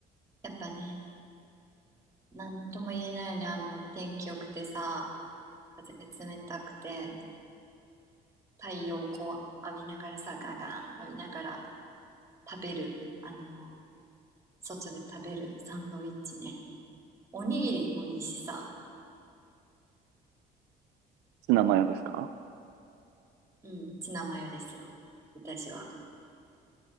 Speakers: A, on the right; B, on the right.
A: やっぱね、なんとも言えないよね。あの、天気良くてさ、風冷たくて、太陽をこう浴びながらさ、ガガン浴びながら食べる。あの、外で食べるサンドイッチね。おにぎりもいいしさ、
B: ツナマヨですか
A: うん、ツナマヨですよ。私は。